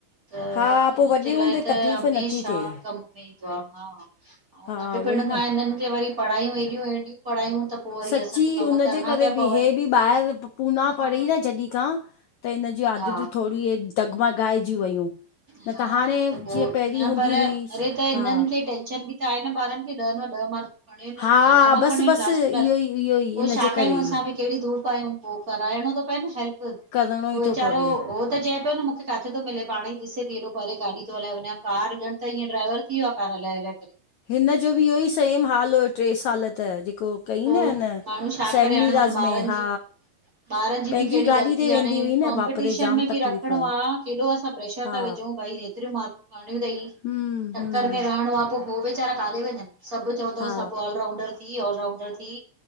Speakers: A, on the right; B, on the left.
A: त
B: हा
A: हिननि
B: पो वॾे
A: जे
B: हूंदे
A: लाइ त
B: तकलीफ़
A: हमेशा
B: नथी थिए
A: कम में ईंदो आहे हा। ऐं
B: हा
A: नंढपण
B: उहो ई
A: खां
B: न
A: इननि खे वरी पढ़ायूं हेॾियूं हेॾियूं पढ़ायूं त। पो वरी
B: सची
A: असांखे कम
B: हुनजे।
A: करणा
B: करे
A: पिया
B: बि
A: पवनि।
B: हे बी ॿाहिर पूना
A: हा।
B: पढ़ी जॾहिं खां त हिन जीयूं
A: हा
B: आदतु। थोरी दगमा ॻाएजी वयूं।
A: हा
B: न हाणे
A: त पोइ
B: जीअं पहिरीं
A: न
B: हूंदी
A: पर अड़े
B: हुई
A: त हिनन
B: हा
A: खे टेंशन बि -- आहे न ॿारन खे ॾहनि मां ॾह मार्क। खणिय
B: हा
A: या नवा
B: बसि
A: खणिय
B: बसि
A: लास्ट टू लास्ट
B: इहो ई इहो ई
A: पोइ
B: इन
A: छा
B: जे करे
A: कयूं असां
B: ई
A: बि कहिड़ी धूड़ पायूं। पोइ कराइणो थो पए न हेल्प।
B: करणो ई थो पवे।
A: उहो त चए पियो न मूंखे किथे थो मिले <unintelligible> ॾिसे थी एॾो परे गाॾी थो हलाए वञा कार ॼण त ईअं ड्राइवर थी वियो आहे कार हलाए हलाए करे।
B: हिन जो बि इहो ई सेम हाल हुयो टे साल त जेको। कई
A: पोइ
B: न हिन
A: माण्हू छा
B: सैनमीराज
A: करे हाणे हुन ॿारन
B: में
A: जी।
B: हा
A: ॿारन जी
B: पंहिंजी
A: बि कहिड़ी
B: गाॾी
A: गलती
B: ते
A: आहे
B: वेंदी
A: हाणे
B: हुई
A: कॉम्पिटीशन
B: न बाप रे जाम
A: में बि
B: तकलीफ़
A: रखिणो आहे केॾो असां प्रेशर
B: हा
A: था विझूं भई त -- तिर मारकुं करणियूं अथई
B: हम्म
A: चक्कर
B: हम्म
A: में रहणो आहे पोइ हो वीचारा काॾे वञन। सभ चवंदो
B: हा
A: सभ ऑल राउंडर थी ऑल राउंडर थी।